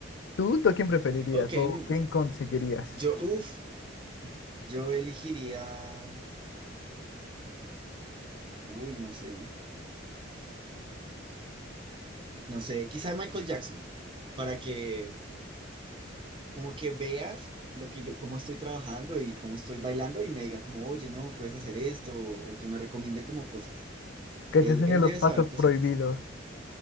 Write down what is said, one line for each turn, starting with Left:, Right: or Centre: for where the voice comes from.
Left: ¿Tú, tú a quién preferirías
Right: Ok,
Left: o
Right: me gusta.
Left: quién conseguirías?
Right: Yo, uff, yo elegiría. Uy, no sé. No sé, quizá Michael Jackson. Para que, como que vea lo que yo, cómo estoy trabajando y cómo estoy bailando y me diga como, oye, no, puedes hacer esto, o, o que me recomiende como cosas.
Left: Que
Right: Él,
Left: te enseñe
Right: él
Left: los
Right: debe
Left: pasos
Right: saber cositas.
Left: prohibidos.